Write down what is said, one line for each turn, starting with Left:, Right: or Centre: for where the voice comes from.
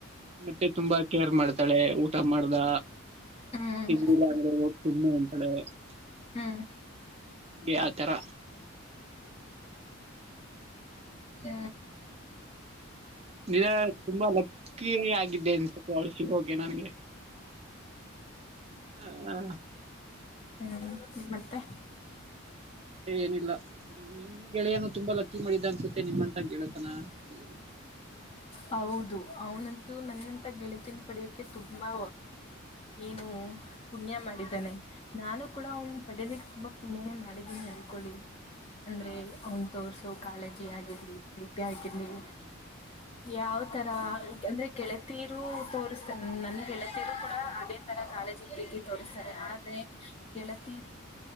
Right: ಮತ್ತೆ ತುಂಬಾ ಕೇರ್ ಮಾಡ್ತಾಳೆ ಊಟ ಮಾಡ್ದ
Left: ಹ್ಮ್
Right: ಹಿಂದ
Left: ಹ್ಮ್
Right: ಸ್ಣ ಅಂತಳೆಗೆ
Left: ಹ್ಮ್
Right: ಆ ತರ
Left: ಹ್ಮ
Right: ನಿ ತುಂಬಾ ಲಕ್ಕಿ ಆಗಿದ್ದೆ ಸ್ವಲ್ಪ ಹೊಳಸ ಹೆ ನನ್ಗೆ ಹ
Left: ಹ್ಮ್ ಹ್ಮ್ ಮತ್ತೆ
Right: ಮತ್ತೆ ಏನಿಲ್ಲ ನಿಮ್ ಗೆಳೆಯನು ತುಂಬಾ ಲಕ್ಕಿ ಮಾಡಿದ್ದ ಅನ್ಸುತ್ತೆ ನಿಮ್ಮಂತ ಗೆಳತನ ಸಿಗೋ
Left: ಹೌದು ಅವನಂತೂ ನನ್ನಂತ ಗೆಳತಿನ ಪಡ್ಯಕ್ಕೆ ತುಂಬಾ ಏನು ಪುಣ್ಯ ಮಾಡಿದ್ದಾನೆ ನಾನು ಕೂಡ ಅವ್ನ್ ಪಡ್ಯೋದಕ್ಕೆ ತುಂಬಾ ಪುಣ್ಯನೇ ಮಾಡಿದೀನಿ ಅನ್ಕೊಳ್ಳಿ ಅಂದ್ರೆ
Right: ಹಾ
Left: ಅವ್ನ್ ತೋರ್ಸೋ ಕಾಳಜಿ ಆಗಿರ್ಲಿ ಪ್ರೀತಿ ಆಗಿರ್ಲಿ ಯಾವ್ ತರ ಅಂದ್ರೆ ಗೆಳತೀರು ತೋರಿಸ್ತಾರೆ ನನ್ ಗೆಳತೀರು ಕೂಡ ಅದೇ ತರ ಕಾೇಜಗ ತೋರ್ಸ್ತಾರೆ ಆದ್ರೆ ಗೆಳತೀರು